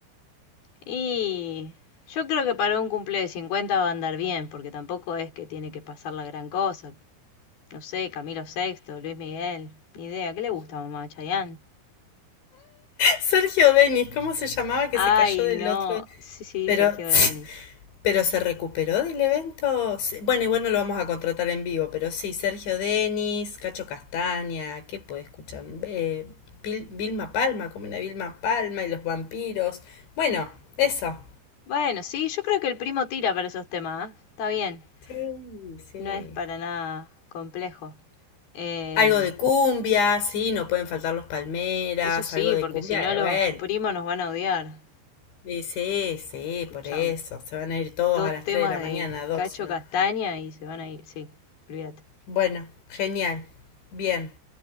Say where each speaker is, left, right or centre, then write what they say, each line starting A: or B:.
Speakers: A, on the left; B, on the left.
A: Y yo creo que para un cumple de 50 va a andar bien, porque tampoco es que tiene que pasar la gran cosa. No sé, Camilo Sexto, Luis Miguel, ni idea. ¿Qué le gusta a mamá Chayanne?
B: Sergio Denis, ¿cómo se llamaba
A: Ay,
B: que se cayó del
A: no.
B: otro?
A: Sí, sí,
B: Pero,
A: Sergio Denis.
B: <laughs> pero se recuperó del evento. Sí, Bueno, igual no lo vamos a contratar en vivo, pero sí, Sergio Denis, Cacho Castaña, ¿qué puede escuchar? Eh, Vil- Vilma Palma, como una Vilma Palma y los vampiros. Bueno, eso.
A: Bueno, sí, yo creo que el primo tira para esos temas. ¿ah? Está bien.
B: Sí, sí.
A: No es para nada complejo. Eh,
B: Algo de cumbia, sí, no pueden faltar los palmeras,
A: Eso sí,
B: algo de
A: porque
B: cumbia,
A: si no los
B: eh, bueno.
A: primos nos van a odiar.
B: Y sí, sí,
A: Escuchame.
B: por eso. Se van a ir todos
A: Dos
B: a las
A: temas
B: 3 de la mañana,
A: de
B: 2,
A: Cacho
B: si no.
A: Castaña y se van a ir. Sí, olvídate.
B: Bueno, genial. Bien.